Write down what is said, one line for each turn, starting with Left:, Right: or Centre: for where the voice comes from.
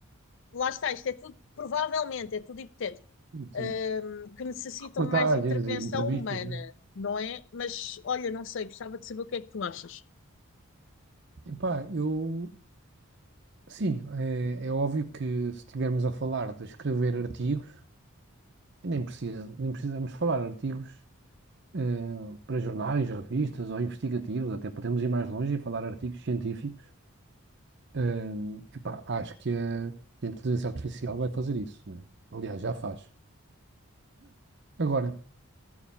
Left: lá está, isto é tudo, provavelmente, é tudo hipotético,
Right: Enfim,
Left: uh, que necessitam
Right: reportagens,
Left: de mais intervenção
Right: entrevistas,
Left: humana,
Right: né?
Left: não é? Mas, olha, não sei, gostava de saber o que é que tu achas.
Right: Epá, eu sim, é, é óbvio que se estivermos a falar de escrever artigos, nem precisa, nem precisamos falar artigos. eh, para jornais, revistas ou investigativos, até podemos ir mais longe e falar artigos científicos. Eh, epá, acho que a, que a inteligência artificial vai fazer isso, né? Aliás, já faz. Agora,